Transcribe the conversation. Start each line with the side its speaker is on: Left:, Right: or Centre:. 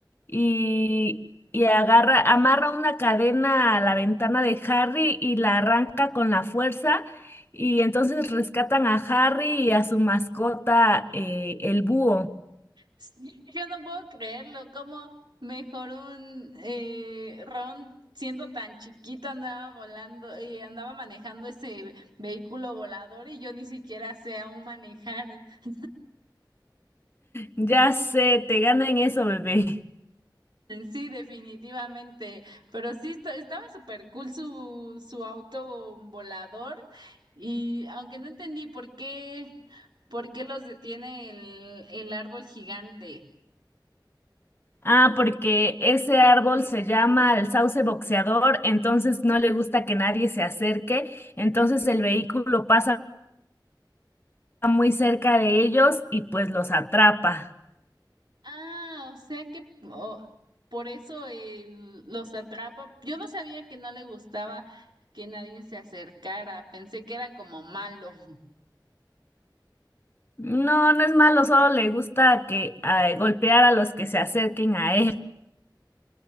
Left: y, y agarra, amarra una cadena a la ventana de Harry y la arranca con la fuerza. Y entonces rescatan a Harry y a su mascota, eh, el búho.
Right: Sí, <laughs> Yo no puedo creerlo, cómo mejor un eh, Ron siendo tan chiquito andaba volando, eh, andaba manejando ese vehículo volador y yo ni siquiera sé aún manejar. <laughs>
Left: Ya sé, te gana en eso, bebé.
Right: Sí, definitivamente, pero sí esta- estaba súper cool su, su auto volador y aunque no entendí por qué, por qué los detiene el, el árbol gigante.
Left: Ah, porque ese árbol se llama el sauce boxeador, entonces no le gusta que nadie se acerque, entonces el vehículo pasa muy cerca de ellos y pues los atrapa.
Right: Ah, o sea que o- por eso él los atrapa. Yo no sabía que no le gustaba que nadie se acercara. Pensé que era como malo. <laughs>
Left: No, no es malo, solo le gusta que eh, golpear a los que se acerquen a él.